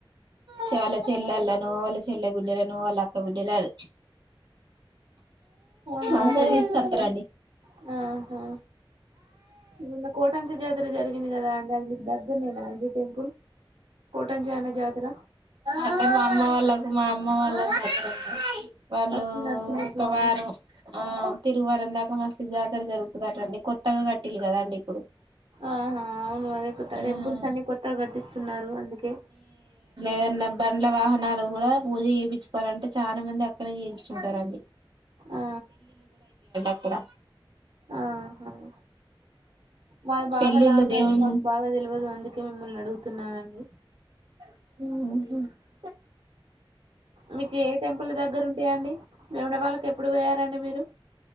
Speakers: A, on the right; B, on the right.
A: చె వాళ్ళ చెల్లల్లనూ, వాళ్ళ చెల్లె బిడ్డలనూ, వాళ్ళ అక్క బిడ్డలన్.
B: ఆహా
A: అందరు
B: అట్లా పిలుచుకుంటారా
A: ఈక్ ఒత్తరండి
B: ఆహా నిన్న కోటన్స్ జ జర జరిగింది గదా అండి అది మీకు దగ్గరనేనా అండీ టెంపుల్ కోటన్జానె జాతర
A: అంటే మా అమ్మ వాళ్ళకు మా అమ్మ వాళ్ళకు అక్కడ వాళ్ళు
B: లక్ష్మీ నరసింహస్వామి
A: ఒక వారం వస్త్, ఆ తిరువారం దాకా మస్తు జాతార జరుగుతదటండి కొత్తగా కట్టిళ్ళు కదండి ఇప్పుడు
B: ఆహా అవును మరి
A: ఆ
B: టెంపుల్స్ అన్ని కొత్తగా కట్టిస్తున్నారు అందుకే
A: ఏదనా బండ్ల వాహనాలు కూడా పూజ చేపిచ్చుకోవాలంటే చాన మంది అక్కనే చేయించుకుంటారుడి
B: ఆ
A: అక్కడ
B: ఆ, ఆహ్, మాది బాగా
A: పెళ్ళిళ్ళు
B: లాంగ్
A: దేవుని
B: అది మాకు బాగా తే తెలవదు అందుకే మిమ్మల్ని నడుగుతున్నానండి
A: <unintelligible>
B: మీకు ఏ టెంపుల్లు దగ్గర ఉంటయండి వేములవాడకి ఎప్పుడు పోయారండి మీరు